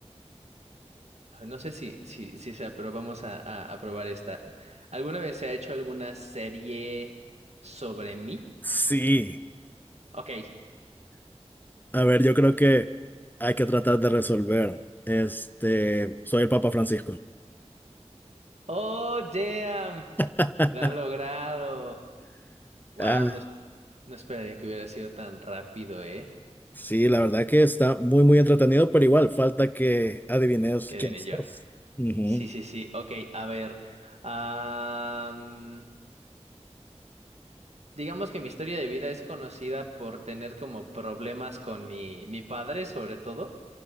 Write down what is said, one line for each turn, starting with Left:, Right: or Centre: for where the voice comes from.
Right: no sé si, si, si sea, pero vamos a, a, a probar esta. ¿Alguna vez se ha hecho alguna serie sobre mí?
Left: sí.
Right: Ok.
Left: A ver, yo creo que hay que tratar de resolver. Este, soy el Papa Francisco.
Right: Oh, damn.
Left: <laughs>
Right: Lo has logrado. Wow,
Left: Ah,
Right: no, es- no esperaría que hubiera sido tan rápido, ¿eh?
Left: Sí, la verdad que está muy, muy entretenido, pero igual falta que adivines
Right: Que
Left: quién
Right: viene
Left: sos.
Right: yo.
Left: Ujú.
Right: Sí, sí, sí. Ok, a ver. am, digamos que mi historia de vida es conocida por tener como problemas con mi, mi padre, sobre todo.